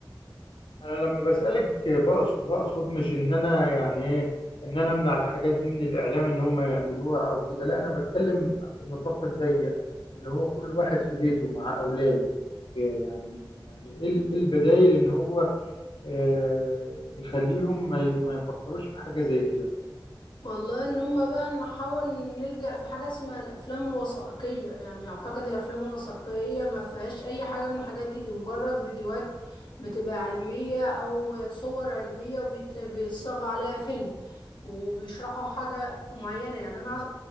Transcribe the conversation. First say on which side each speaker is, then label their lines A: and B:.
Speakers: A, on the left; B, on the left.
A: انا لما بسألك بقصد بقصد مش ان انا يعني ايه ان انا امنع الحاجات دي من الاعلام ان هم يعملوها او كده لا انا بتكلم في النطاق الضيق اللي هو كل واحد في بيته مع اولاده إيه يعني يعني ايه ال- إيه البدايل ان هو آه، يخليهم ما ي- ما يفكروش في حاجة زي كده
B: والله ان هم بقى نحاول نلجأ في حاجة اسمها الافلام الوثائقية يعني اعتقد الافلام الوثائقية ما فيهاش اي حاجة من الحاجات دي دي مجرد فيديوهات بتبقى علمية او صور علمية وبيت- بيتصاغ عليها فيلم وبيشرحوا حاجة معينة يعني انا أس-